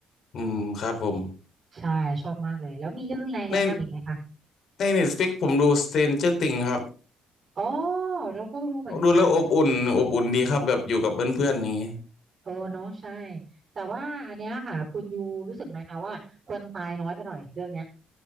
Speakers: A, on the left; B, on the right.
A: อืมครับผม
B: ใช่ชอบมากเลยแล้วมีเรื่องอะไรแนะนำอีกไหมคะ
A: ในใน Netflix ผมดู Stranger Things ครับ
B: อ๋อเราก็รู้เหมือนกัน
A: ดูแล้วอบอุ่นอบอุ่นดีครับแบบอยู่กับเพื่อนๆอย่างนี้
B: เออเนาะใช่แต่ว่าอันเนี้ยค่ะคุณยูรู้สึกไหมคะว่าคนตายน้อยไปหน่อยเรื่องเนี้ย